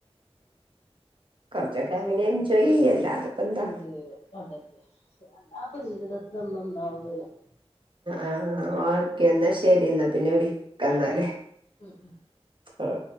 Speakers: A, on the right; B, on the left.
A: കൊറച്ചൊക്കെ
B: പക്ഷെ
A: അങ്ങനെ എൻജോയ് ചെയ്യ അല്ലാതിപ്പെന്താ
B: എ അത അല്ലാപ്പൊ ജീവിതത്തിൊന്നും ഉണ്ടാവുകില്ല <inaudible>
A: ആ് ഓക്കെ എന്നാ ശരി എന്നാ പിന്നെ വിളിക്കാന്നാൽ
B: ഉം ഉം
A: ആഹ